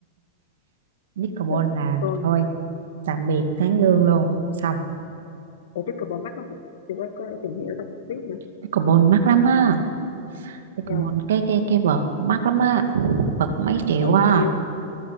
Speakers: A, on the right; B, on the left.
A: pickleball
B: <laughs>
A: là
B: còn
A: thôi tạm biệt tháng lương luôn xong
B: ủa biết cờ bỏ mắt không hả? thì có, có tìm hiểu tao cũng biết nữa
A: pickleball mắc lắm á pickleball
B: giờ
A: cái cái cái vợt cũng mắc lắm á vợt cũng mấy triệu
B: ở
A: á
B: nhiều